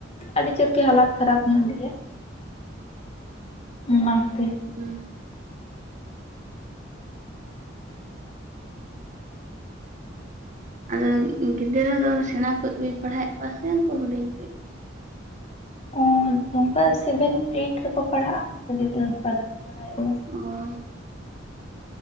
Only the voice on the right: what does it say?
<unintelligible> ᱟᱫᱚ ᱜᱤᱫᱽᱨᱟᱹ ᱫᱚ ᱥᱮᱬᱟ ᱠᱩᱡ ᱵᱤᱱ ᱯᱟᱲᱦᱟᱣᱮᱫ ᱠᱚᱣᱟ ᱥᱮ ᱩᱱᱠᱩ ᱦᱩᱰᱤᱧ ᱠᱩᱡ?
ᱚᱻ